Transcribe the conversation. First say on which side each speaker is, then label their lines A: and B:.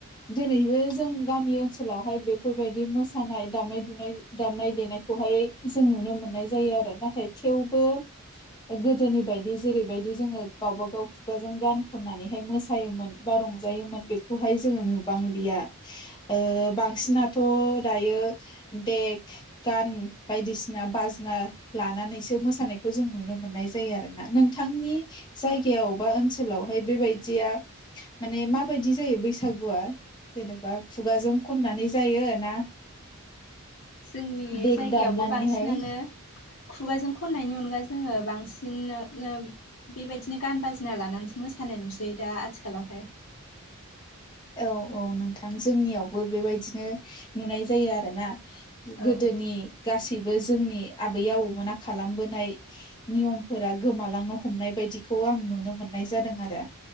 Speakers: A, on the left; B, on the left.
A: दोनैबो जों गामि ओनसोलावहाय बेफोरबायदि मोसानाय दामनाय बुनाय दामनाय देनायखौहाय जों नुनो मोननाय जायो आरो नाथाय थेवबो गोदोनि बायदि जेरैबायदि जोङो गावबा गाव खुगाजों गान खननानैहाय मोसायोमोन बा रंजायोमोन बेखौहाय जोङो नुबांलिया ओ बांसिनाथ' दायो देक गान बायदिसिना बाजना लानानैसो मोसानायखौ जों नुनो मोननाय जायो आरोना नोंथांनि जायगायाव
B: औ
A: बा ओनसोलावहाय बेबाय दिया माने माबायदि जायो बैसागुआ जेनेबा खुगाजों खननानै जायो ना?
B: जोंनि
A: देक
B: जायगायावबो
A: दामनानैहाय
B: बांसिनानो खुगाजों खननायनि अनगा जोङो बांसिन नो-नो बेबायदिनो गान बाजिना लानानैसो मोसानो होननाय नुसै दा आथिखालावहाय।
A: <inaudible> औ औ नोंथां जोंनियावबो बेबायदिनो नुनाय जायो आरोना।
B: औ
A: गोदोनि गासै सैबो जोंनि आबै आबौमोना खालामबोनाय नियमफोरा गोमालांनो हमनाय बायदिखौ खौ आं नुनो मोननाय जादों आरो